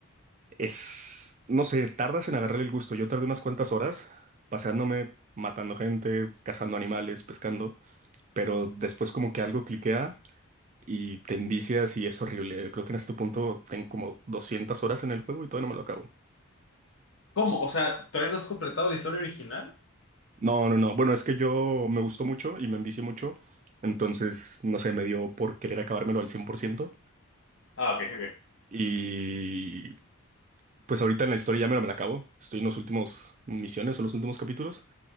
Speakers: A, on the right (about 35°); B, on the left (about 60°).
A: es, no sé, tardas en agarrar el gusto. Yo tardé unas cuantas horas paseándome, matando gente, cazando animales, pescando. Pero después como que algo cliquea y te envicias y es horrible. Creo que en este punto tengo como 200 horas en el juego y todavía no me lo acabo.
B: ¿Cómo? O sea, ¿todavía no has completado la historia original?
A: No, no, no. Bueno, es que yo me gustó mucho y me envicié mucho. Entonces, no sé, me dio por querer acabármelo al cien por ciento
B: Ah, ok, ok.
A: Y Pues ahorita en la historia ya me lo me la acabo. Estoy en los últimos misiones o los últimos capítulos,